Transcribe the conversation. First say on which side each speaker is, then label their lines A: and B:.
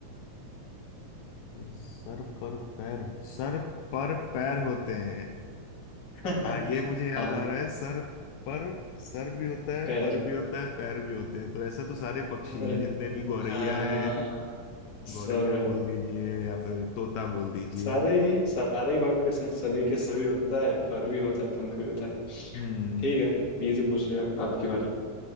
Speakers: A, on the left; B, on the left.
A: ये सर पर पैर सर पर पैर होते हैं
B: <laughs>
A: हाँ ये मुझे
B: हाँ
A: याद आ रहा है सर पर सर भी होता है
B: पैर
A: पर भी होता है पैर भी होते हैं तो ऐसे तो सारे पक्षी
B: अरे
A: हैं जितने भी गौरैया
B: हाँ
A: है <laughs>
B: सब
A: गौरैया
B: है
A: बोल दीजिए या फिर तोता बोल दीजिए
B: सारे
A: तो
B: ही सारे ही बर्ड्स हैं सभी के सभी होता है पर भी होता है पंख भी होता है
A: हम्म
B: ठीक है इजी पूछ लिया आपकी बारी